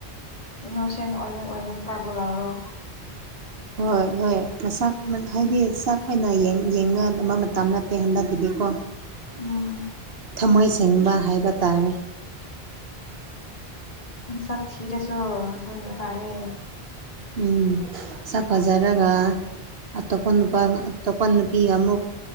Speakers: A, on the left; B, on the right.
A: ꯏꯅꯣꯁꯦꯟ ꯑꯣꯏꯕꯦꯜ ꯑꯣꯏꯕ ꯅꯨꯄꯥꯕꯨ ꯂꯧꯔꯣ
B: ꯍꯣꯏ ꯍꯣꯏ ꯃꯁꯥꯛ ꯍꯥꯏꯗꯤ ꯆꯥꯛ ꯑꯣꯏꯅ ꯌꯦꯡꯉ <unintelligible> ꯇꯞ ꯅꯠꯇꯦ ꯍꯟꯗꯛꯀꯤꯗꯤꯀꯣ
A: ꯎꯝ
B: ꯊꯝꯃꯣꯏ ꯁꯦꯡꯕ ꯍꯥꯏꯕ ꯇꯥꯔꯦ
A: ꯃꯁꯛ ꯊꯤꯔꯁꯨ ꯑꯗꯨꯅ ꯐꯔꯦ
B: ꯎꯝ ꯁꯛꯐꯥꯖꯔꯒ ꯑꯇꯣꯞꯄ ꯅꯨꯄꯥ ꯑꯇꯣꯞꯄ ꯅꯨꯄꯤꯒ ꯑꯃꯨꯛ